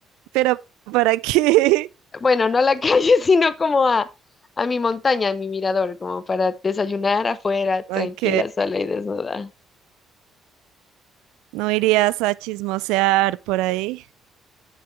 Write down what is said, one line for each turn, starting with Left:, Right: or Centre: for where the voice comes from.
Right: Pero, ¿para qué? <laughs>
Left: bueno, no a la <laughs> calle, sino como a, a mi montaña, a mi mirador, como para desayunar afuera,
Right: Ok,
Left: tranquila, sola y desnuda.
Right: ¿no irías a chismosear por ahí?